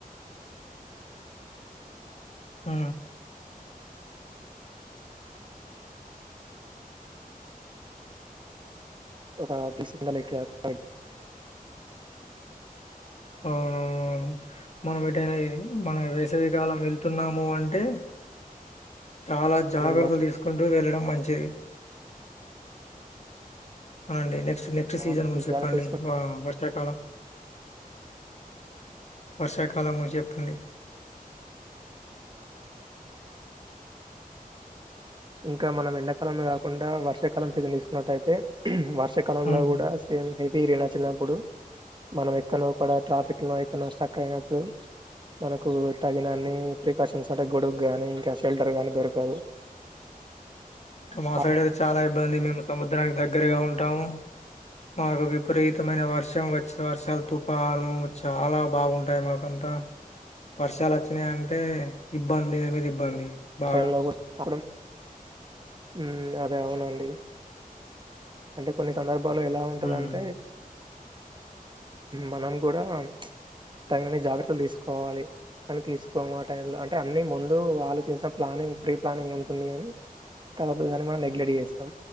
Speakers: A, on the left; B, on the right.
A: ఊ
B: ఒక విసున్న లెక్క అయ్
A: అవునవునవును మనం ఏటైనా ఈ మనం వేసవికాలం వెళ్తున్నాము అంటే చాలా జాగ్రత్తలు
B: నేను
A: తీసుకుంటూ వెళ్ళడం మంచిది అండి నే నెక్స్ట్ నెక్స్ట్
B: మర్చిపోతున్నానండి
A: సీజన్ గురించి
B: జాగ్రత్త
A: చెప్పండి
B: తీసుకుని
A: వా వర్షాకాలం వర్షాకాలము చెప్పండి
B: ఇంకా మనం ఎండాకాలం కాకుండా వర్షాకాలం సిజన్ తీసుకున్నటైతే వర్షాకాలంలో
A: హ్మ్.
B: కూడా ఏం హెపీరే నా చిన్నప్పుడు మనం ఎక్కనో కాడా ట్రాఫిక్ లో ఎక్కనో స్ట్రక్ అయినప్పుడు మనకు తగినన్ని ప్రికాషన్స్ అంటే గొడుగు గాని ఇంకా షెల్టర్ గానీ దొరకదు
A: మా
B: ఆ
A: సైడ్ అయితే చాలా ఇబ్బంది మేము సముద్రానికి దగ్గరగా ఉంటాము మాకు విపరీతమైన వర్షం వచ్చే వర్షాలు తుఫను చాలా బాగుంటాయి మాకం అ వర్షాలు వచ్చినాయి అంటే ఇబ్బందిల మీద ఇబ్బంది బాగా.
B: ఆ టైం లో కూడా అప్పుడు ఊ అదే అవునండి అంటే కొన్ని సందర్భా లలో ఎలా ఉంటదంటే
A: హ్మ్.
B: మనం కూడా ప్చ్ తగినని జాగ్రత్తలు తీసుకోవాలి కానీ తీసుకోము ఆ టైం ల అంటే అన్ని ముందు ఆలోచించిస్తం ప్లానింగ్ ప్రీ ప్లానింగ్ ఉంటుంది కానీ తర్వాత దాన్ని మనం నెగ్లెట్ చేస్తాం